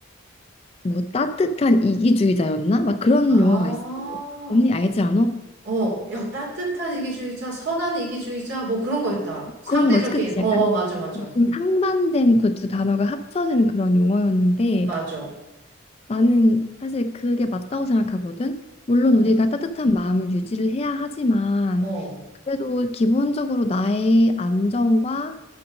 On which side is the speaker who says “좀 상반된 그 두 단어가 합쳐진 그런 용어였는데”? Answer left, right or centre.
Left